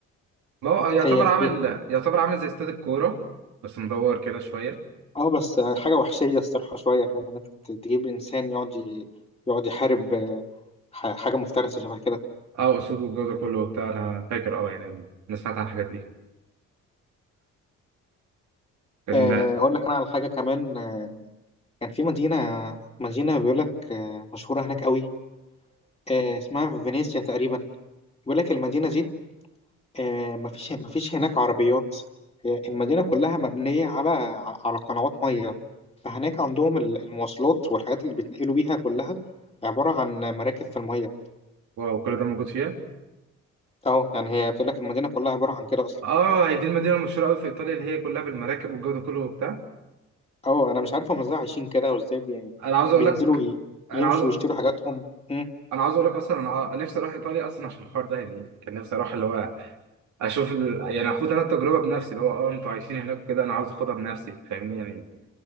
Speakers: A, on the right; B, on the left.
A: ما هو يعتبر
B: هي
A: عامل
B: هي
A: يعتبر عامل زي استاد الكوره بس مدور كده شويه
B: اه بس حاجة وحشية الصراحة شوية فاهم ان انت بت- تجيب انسان يقعد ي- يقعد يحارب آه، ح- حاجة مفترسة شبه كده
A: اه اسود والجو ده كله وبتاع انا فاكر اه يعني انا سمعت عن الحاجات دي كان
B: آه، اقول لك انا على حاجة كمان آه، كان في مدينة مدينة بيقول لك آه، مشهورة هناك قوي آه، اسمها فينيسيا تقريبا بيقول لك المدينة دي آه، مفيش مفيش هناك عربيات هي المدينة كلها مبنية على على قنوات مية فهناك عندهم ال- المواصلات والحاجات اللي بيتنقلوا بيها كلها عبارة عن مراكب في المية
A: واو كل ده موجود فيها
B: اه يعني هي بتقول لك المدينة كلها عبارة عن كده اصلا
A: اه هي دي المدينه المشهوره قوي في ايطاليا اللي هي كلها بالمراكب والجو ده كله وبتاع
B: اه انا مش عارف هم ازاي عايشين كده وازاي بي... يعني
A: انا عاوز اقول
B: بينزلوا
A: لك
B: ي...
A: انا
B: يمشوا
A: عاوز
B: ويشتروا حاجاتهم مم.
A: انا عاوز اقول لك اصلا انا ع- نفسي اروح ايطاليا اصلا عشان الحوار ده يعني كان نفسي اروح اللي هو اشوف ال... يعني اخد انا التجربه بنفسي اللي هو اه انتوا عايشين هناك وكده انا عاوز اخدها بنفسي فاهمني يعني